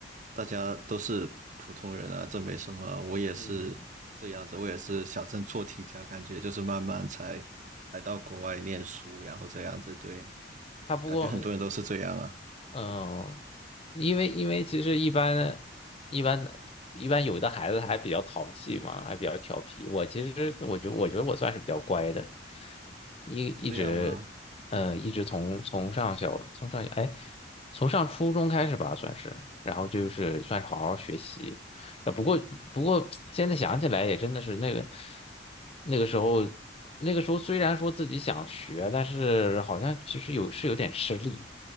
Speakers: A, on the right (about 40°); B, on the left (about 30°).
A: 大家都是普通人啊，这没什么啊。我也是这样子，
B: 嗯，
A: 我也是小镇做题家，感觉就是慢慢才来到国外念书，然后这样子，对，
B: 他不过。
A: 感觉很多人都是这样啊，
B: 嗯，因为因为其实一般一般一般有的孩子还比较淘气嘛，还比较调皮。我其实我觉我觉得我算是比较乖的，一一直嗯一直从从上小从上哎
A: 这样吗？
B: 从上初中开始吧，算是，然后就是算是好好学习。呃，不过不过现在想起来也真的是那个那个时候那个时候虽然说自己想学，但是好像其实有是有点吃力。